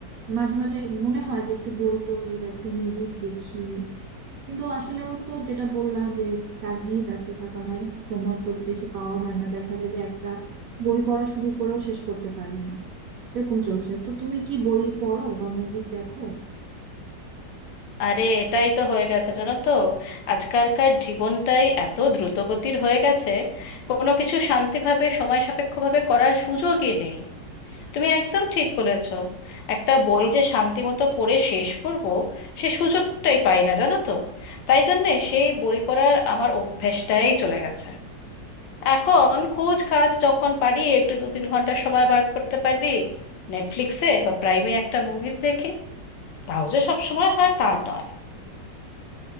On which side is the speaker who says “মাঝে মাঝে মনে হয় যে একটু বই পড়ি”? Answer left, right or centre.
Right